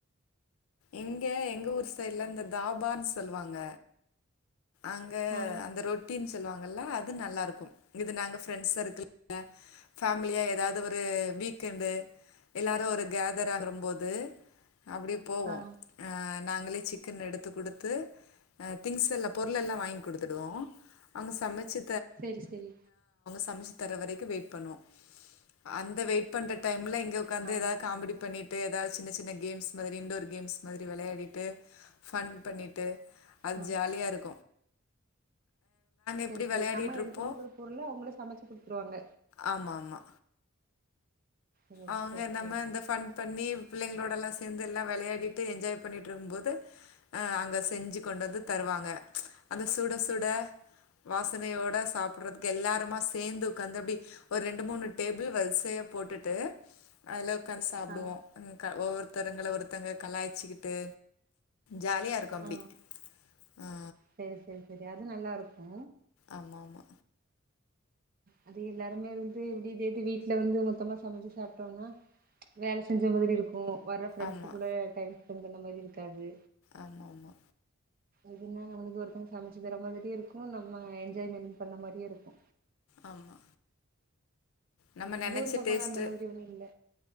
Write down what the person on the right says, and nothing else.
ஆ
ஆ
செரி செரி
ஆ
ஆ
செரி
செரி
நம்ம எடுத்துக் குடுக்குற பொருள அவுங்களே சமைச்சி குடுத்துருவாங்க
ஓ
செரி
செரி
ஆ
ஆ
செரி செரி செரி அது நல்லாருக் கு
அது எல்லாருமே இருந்து இப்டி <unintelligible> வீட்ல வந்து மொத்தமா சமச்சு சாப்ட்டோம்னா வேல செஞ்ச மாதிரி இருக் கு‌ வர ஃபிரண்ட்ஸு
கூட டைம் ஸ்பென் பண்ண மாரி இருக்காது
இதுன்னா நம்மளுக்கு ஒருத்தங்க சமச்சு தர மாதிரியு இருக்கு நம்ம என்ஜாய்மெண்ட் பண்ண மாரியு இருக்கு
எங்க
ஊர் பக்கம்லா
அந்த மாதிரி ஒன்னு இல்ல